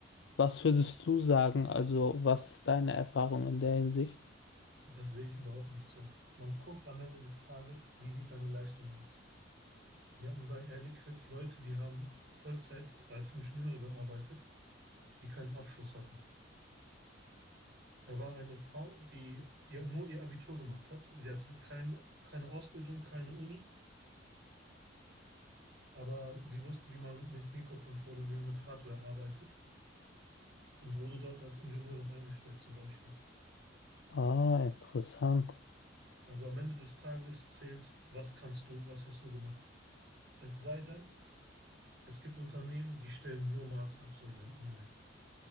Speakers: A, on the left; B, on the right.
A: Was würdest du sagen? Also, was ist deine Erfahrung in der Hinsicht?
B: Das sehe ich überhaupt nicht so. Man guckt am Ende des Tages, wie sieht deine Leistung aus? Wir hatten bei Air Liquid Leute, die haben Vollzeit als Ingenieure gearbeitet, die keinen Abschluss hatten. Da war eine Frau, die ihr, nur ihr Abitur gemacht hat. Sie hatte kein, keine Ausbildung, keine Uni, aber sie wusste, wie man mit Mikrocontrollern und wie man mit Hardware arbeitet und wurde dort als Ingenieurin eingestellt zum Beispiel.
A: Ah, interessant.
B: Also am Ende des Tages zählt, was kannst du, was hast du gemacht. Es sei denn, es gibt Unternehmen, die stellen nur Masterabsolventen ein.